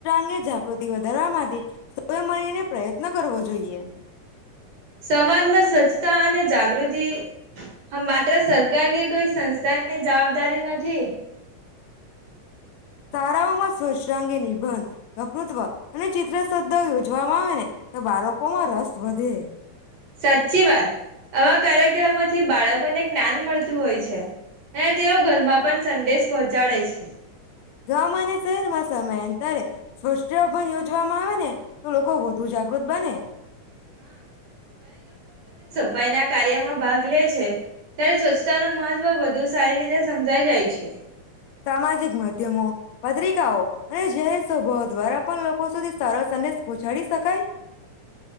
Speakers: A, on the left; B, on the right.
A: ંગે જાગૃતિ વધારવા માટે સ એ મળીને પ્રયત્ન કરવો જોઈએ
B: સમાજમાં સ્વચ્છતા અને જાગૃતિ હ માત્ર સરકારી કોઈ સંસ્થા ની જવાબદારી નથી
A: તારાઓમાં સ્વચ્છતા અંગે નિબંધ વકૃત્વ અને ચિત્ર શદ્ધા યોજવામાં આવે ને તો બાળકોમાં રસ વધે
B: સાચી વાત આવા કાર્યક્રમોથી બાળકોને જ્ઞાન મળતું હોય છે અને તેઓ ઘરમાં પણ સંદેશ પહોંચાડે છે
A: ગામાંને ચર મસ્ સમય એંત્યારે સ્વષભન યોજવામાં આવે ને તો લોકો વધુ જાગૃત બને
B: સફાઈ ના કાર્યમાં ભાગ લે છે ત્યારે સ્વચ્છતા ન મહત્વ વધુ સારી રીતે સમજાય જાય છે
A: સામાજિક માધ્યમો પત્રિકાઓ અને જેને સ્વભાવ દ્વારા લોકો સુી સરસ અનેનેૂછ જડી શકાય